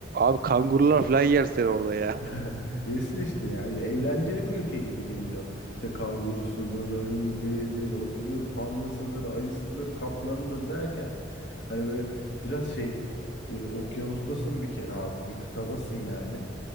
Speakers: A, on the right; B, on the left.
A: abi kangurular falan yer seni orada ya.
B: <laughs> Yesin işte yani eğlenceli bir ülke gibi geliyor. İşte kangurusudur, örümceğidir, otudur, pandasıdır, ayısıdır, kaplanıdır derken hani böyle biraz şey e, okyanustasın bir kere abi bir kıtadasın yani.